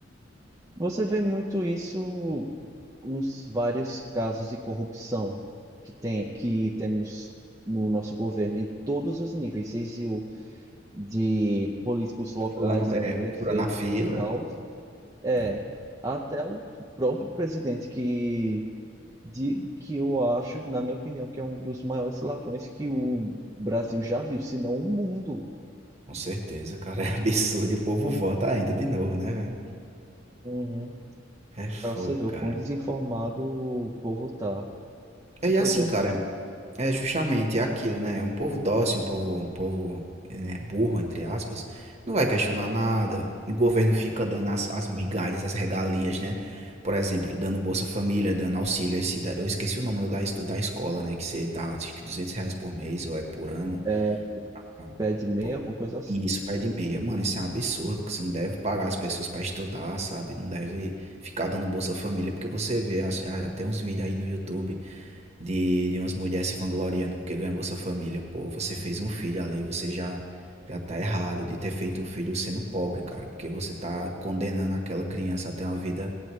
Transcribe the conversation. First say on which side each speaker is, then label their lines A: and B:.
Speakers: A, on the right (about 20°); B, on the right (about 35°).
A: você vê muito isso nos vários casos de corrupção que tem, que temos no nosso governo, em todos os níveis, seja o de políticos locais,
B: Fulano
A: tipo
B: é
A: prefeito
B: fura na fila,
A: e tal, é,
B: né?
A: até o próprio presidente que de que eu acho, na minha opinião, que é um dos maiores ladrões que o Brasil já viu, se não o mundo.
B: Com certeza, cara, <laughs> é absurdo. E o povo vota ainda de novo, né, velho?
A: Uhum.
B: É fogo,
A: Para você ver
B: cara.
A: o quão desinformado o povo tá.
B: É
A: Mas
B: e assim,
A: fazer o
B: cara,
A: quê?
B: É justamente aquilo, né? Um povo dócil, um povo, um povo, né, burro, entre aspas, não vai questionar nada. O governo fica dando as, as migalhas, as regalias, né? Por exemplo, dando Bolsa Família, dando auxílio. Esse, da- eu esqueci o nome do da, do da escola, né? Que você dá, acho que 200 reais por mês ou é por ano.
A: É,
B: Ah,
A: pede meia,
B: pô,
A: alguma coisa assim.
B: e Isso, pé de meia. Mano, isso é um absurdo, que você não deve pagar as pessoas pra estudar, sabe? Não deve ficar dando Bolsa Família, porque você vê as- a- até uns vídeos aí no YouTube de, de umas mulheres se vangloriando porque ganhou Bolsa Família. Pô, você fez um filho ali, você já já tá errado de ter feito um filho sendo pobre, cara, porque você tá condenando aquela criança a ter uma vida,